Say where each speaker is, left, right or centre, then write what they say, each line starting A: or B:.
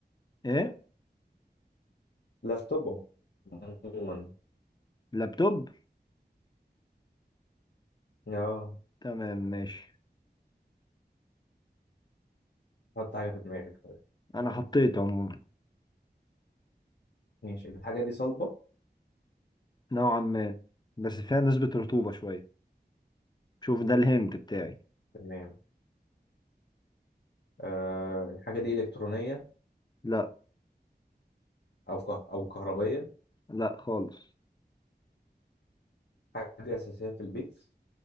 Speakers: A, on the left; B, on the left.
A: ايه
B: لابتوب عموما
A: لابتوب
B: اه
A: تمام ماشي
B: حط حاجة في دماغك طيب
A: انا حطيت عموما
B: ماشي الحاجة دي صلبة
A: نوعا ما بس فيها نسبة رطوبة شوية شوف ده الهنت بتاعي
B: تمام آه الحاجة دي إلكترونية
A: لا
B: أو كه... أو كهربية
A: لا خالص
B: حاجة أساسية في البيت